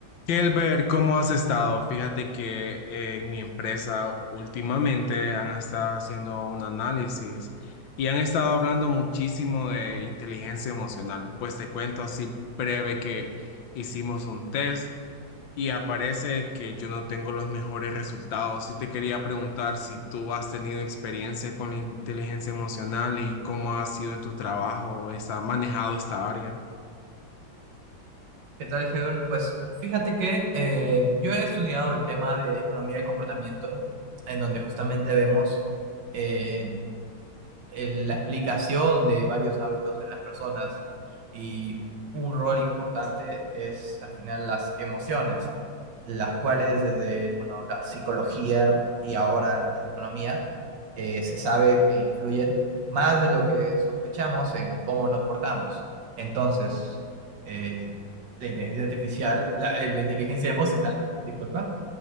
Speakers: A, on the left; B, on the right.
A: Kelber, ¿cómo has estado? Fíjate que eh, en mi empresa últimamente han estado haciendo un análisis y han estado hablando muchísimo de inteligencia emocional. Pues te cuento así breve que hicimos un test y aparece que yo no tengo los mejores resultados. Y te quería preguntar si tú has tenido experiencia con la inteligencia emocional y cómo ha sido en tu trabajo, ¿has manejado esta área?
B: ¿Qué tal, Heber? Pues fíjate que eh, yo he estudiado el tema de economía del comportamiento, en donde justamente vemos eh, el- la explicación de varios hábitos en las personas y un rol importante es al final las emociones, las cuales desde bueno, la psicología y ahora la economía eh, se sabe que influyen más de lo que sospechamos en cómo nos portamos. Entonces, eh, la inteligencia artificial, la, eh, la inteligencia emocional, disculpa,